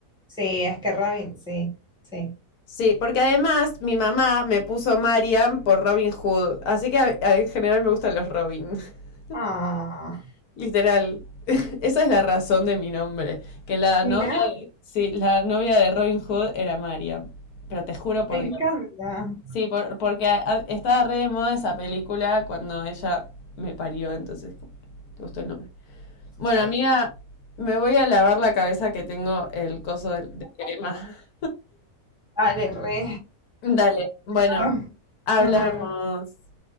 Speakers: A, in the centre; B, on the left.
A: Sí, es que Robin, sí, sí.
B: Sí, porque además mi mamá me puso Marian por Robin Hood, así que a- a- en general me gustan los Robin, <laughs>
A: Ah,
B: literal. <laughs> Esa es la razón de mi nombre, que la
A: mira,
B: novia de, sí, la novia de Robin Hood era Marian, pero te juro por
A: me encanta.
B: Dios. Sí, por- porque a- a- estaba re de moda esa película cuando ella me parió, entonces como, te gustó el nombre. Bueno,
A: Ay,
B: amiga,
A: qué... <laughs> qui-
B: me voy a lavar la cabeza que tengo el coso de de crema. <laughs>
A: Dale, re.
B: Dale, bueno,
A: Chao,
B: hablamos.
A: Nos vemos.